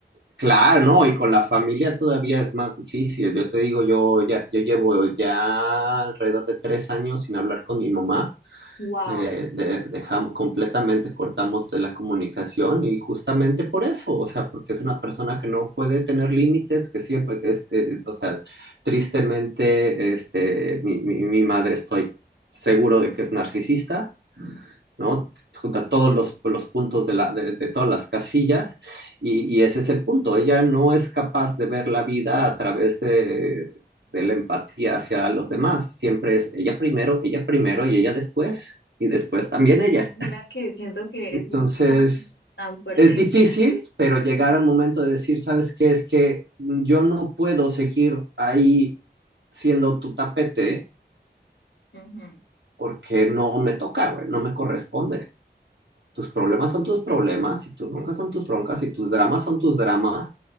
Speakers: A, on the right; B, on the left.
A: claro, ¿no? Y con la familia todavía es más difícil. Yo te digo, yo ya, yo llevo ya alrededor de tres años sin hablar con mi mamá
B: Wow.
A: eh, de- dejamos completamente, cortamos de la comunicación y justamente por eso, o sea, porque es una persona que no puede tener límites, que siempre que es, eh, o sea, tristemente, este, mi, mi- mi madre estoy seguro de que es narcisista ¿no? Junta todos los, los puntos de, la, de, de todas las casillas y, y, ese es el punto. Ella no es capaz de ver la vida a través de, de la empatía hacia los demás. Siempre es ella primero, ella primero y ella después y después también ella.
B: Mira que siento que
A: Entonces,
B: eso es tan, tan fuerte,
A: es
B: digamos,
A: difícil, pero llegar
B: que,
A: al momento de decir, ¿sabes qué? Es que yo no puedo seguir ahí siendo tu tapete
B: ujú.
A: porque no me toca, güey, no me corresponde. tus problemas son
B: Sí.
A: tus problemas y tus broncas son tus broncas y tus dramas son tus dramas.